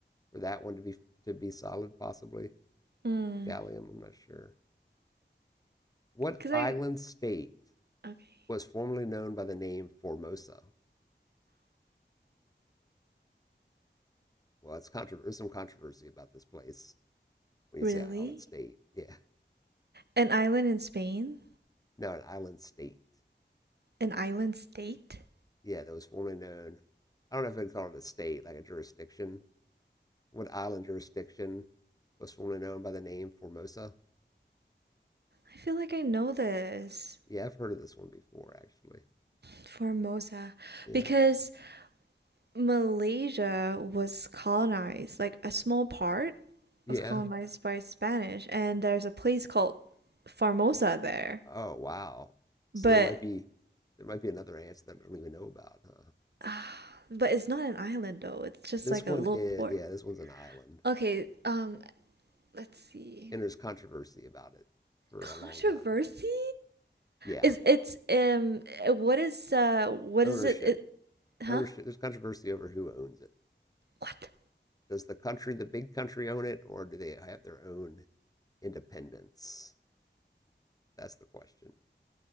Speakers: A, on the left (about 20°); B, on the right (about 60°).
A: for that one to be to be solid, possibly.
B: Mm.
A: The gallium, I'm not sure. What
B: Cause
A: island
B: I
A: state
B: okay.
A: was formerly known by the name Formosa? Well, it's contro- there's some controversy about this place. When
B: Really?
A: you say Island State. Yeah. <laughs>
B: An island in Spain?
A: No, an island state.
B: An island state?
A: Yeah, that was formerly known. I don't know if I'd call it a state, like a jurisdiction. What island jurisdiction was formerly known by the name Formosa?
B: I feel like I know this.
A: Yeah, I've heard of this one before, actually.
B: Formosa.
A: Yeah.
B: Because Malaysia was colonized, like a small part
A: Yeah.
B: was colonized by Spanish, and there's a place called Formosa there.
A: Oh, wow. So
B: But
A: there might be there might be another answer that I don't even know about, huh?
B: <sighs> Ah, but it's not an island though. It's just
A: This
B: like
A: one
B: a little
A: is
B: port.
A: yeah, this one's an island.
B: Okay, um, let's see.
A: And there's controversy about it for
B: Controversy?
A: a long time. Yeah.
B: Is it's um uh, what is uh what
A: Ownership.
B: is it, it huh?
A: Ownership. There's controversy over who owns it.
B: What?
A: Does the country, the big country, own it, or do they have their own independence? That's the question.